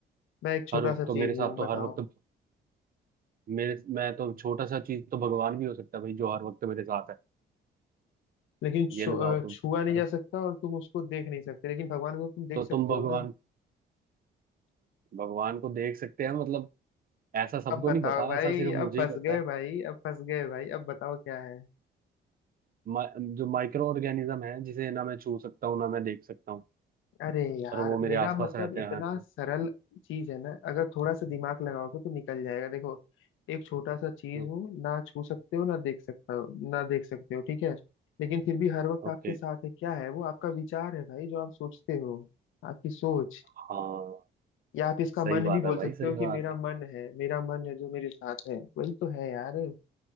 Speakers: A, on the left (about 85°); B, on the right (about 45°).
A: मैं एक छोटा
B: हर वक्त
A: सा
B: तो
A: चीज
B: मेरे
A: हूँ
B: साथ तो
A: बताओ
B: हर वक्त मेरे मैं तो छोटा सा चीज तो भगवान भी हो सकता है भाई जो हर वक्त मेरे साथ है
A: लेकिन छु,
B: ये लगाओ
A: अ,
B: तुम
A: छुआ नहीं
B: हर
A: जा सकता और तुम उसको देख नहीं सकते लेकिन भगवान को तुम देख
B: तो
A: सकते
B: तुम भगवान
A: हो ना
B: भगवान को देख सकते हैं मतलब ऐसा सबको
A: अब बताओ
B: नहीं पता
A: भाई
B: ऐसा सिर्फ मुझे
A: अब फंस
B: ही पता
A: गए
B: है
A: भाई अब फंस गए भाई अब बताओ क्या है
B: मा, जो माइक्रो ऑर्गेनिज्म है जिसे ना मैं छू सकता हूँ ना मैं देख सकता हूँ
A: अरे यार
B: पर वो मेरे
A: मेरा
B: आसपास
A: मतलब
B: रहते
A: इतना
B: हैं हर
A: सरल चीज है ना अगर थोड़ा सा दिमाग लगाओगे तो निकल जाएगा देखो एक छोटा सा चीज
B: हम्म,
A: हो ना छू सकते हो ना देख सकता हो ना देख सकते हो ठीक है लेकिन फिर भी हर वक्त आपके
B: ओके
A: साथ है क्या है वो आपका विचार है भाई जो आप सोचते हो आपकी सोच
B: हाँ
A: या आप इसका
B: सही
A: मन
B: बात
A: भी बोल
B: है भाई
A: सकते
B: सही
A: हो कि
B: बात
A: मेरा
B: है
A: मन है मेरा मन है जो मेरे साथ है वही तो है यार